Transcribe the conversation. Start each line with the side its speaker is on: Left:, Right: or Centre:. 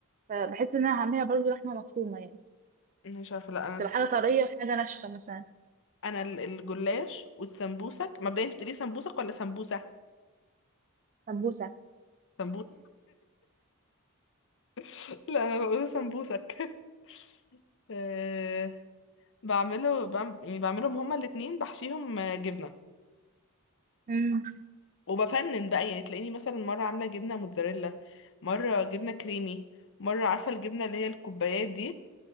Right: فبحس ان انا هعملها برضو لحمه مفرومه يعني
Left: مش عارفه لا انا الس-
Right: تبقى حاجه طريه وحاجه ناشفه مثلا
Left: انا ال- الجلاش والسمبوسك مبدئيا انت بتقولي سمبوسك ولا سمبوسه
Right: سمبوسه
Left: سمبوسة <laughs> لا انا بقوله سمبوسك <laughs> أه بعمله بعم... يعني بعملهم هما الاتنين بحشيهم آه، جبنة
Right: امم
Left: وبفنن بقى يعني تلاقيني مثلا مرة عاملة جبنة موتزاريلا مرة جبنة كريمي مرة عارفة الجبنة اللي هي الكوبايات دي